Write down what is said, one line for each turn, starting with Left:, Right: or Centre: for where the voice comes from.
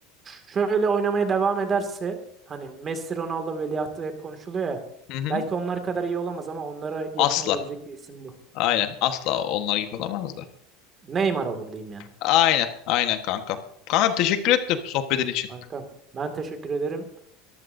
Right: şöyle oynamaya devam ederse hani Messi, Ronaldo veliahtı hep konuşuluyor ya.
Left: Hı hı.
Right: Belki onlar kadar iyi olamaz ama onlara yakın
Left: Asla.
Right: olabilecek bir isim bu.
Left: Aynen. Asla onlar gibi olamaz da.
Right: Neymar olur diyeyim yani.
Left: Aynen. Aynen kanka. Kanka teşekkür ettim sohbetin için.
Right: Kankam ben teşekkür ederim.